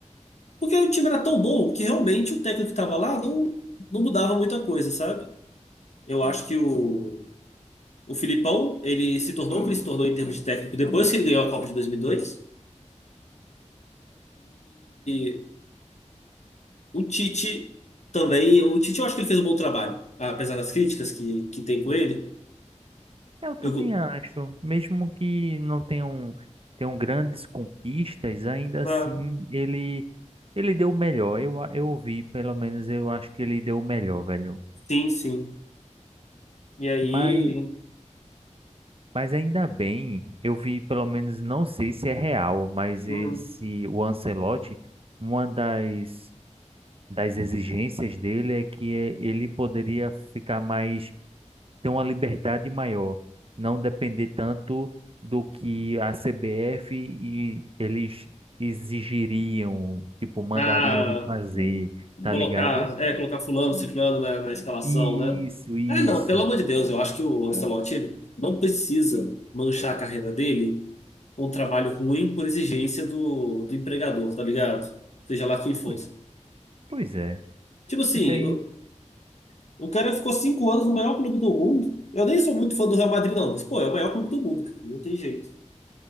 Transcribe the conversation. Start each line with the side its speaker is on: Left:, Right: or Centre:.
Left: Porque o time era tão bom que realmente o técnico que estava lá não, não mudava muita coisa, sabe? Eu acho que o O Filipão, ele se tornou o que ele se tornou em termos de técnico depois que ele ganhou a Copa de 2002. E dois. E o Tite também. O Tite, eu acho que ele fez um bom trabalho, apesar das críticas que, que tem com ele.
Right: Eu também
Left: Eu, go-
Right: acho, mesmo que não tenham, tenham grandes conquistas, ainda assim
Left: ah,
Right: ele ele deu o melhor. Eu, a- eu vi, pelo menos eu acho que ele deu o melhor, velho.
Left: sim, sim. E aí.
Right: Mas, mas ainda bem, eu vi, pelo menos, não sei se é real, mas esse,
Left: hum,
Right: o Ancelotti, uma das das exigências dele é que eh, ele poderia ficar mais, ter uma liberdade maior, não depender tanto do que a CBF e eles exigiriam, tipo, mandariam
Left: ah,
Right: ele fazer, tá
Left: colocar,
Right: ligado?
Left: é, colocar fulano, ciclano na, na escalação,
Right: Isso,
Left: né?
Right: isso.
Left: Ah, não, pelo amor de Deus, eu acho que o Ancelotti ele não precisa manchar a carreira dele um trabalho ruim por exigência do, do empregador, tá ligado? Seja lá quem fosse.
Right: Pois, pois é.
Left: Tipo assim,
Right: Isso aí,
Left: o, o cara ficou cinco anos no maior clube do mundo. Eu nem sou muito fã do Real Madrid, não, mas, pô, é o maior clube do mundo, cara. Não tem jeito.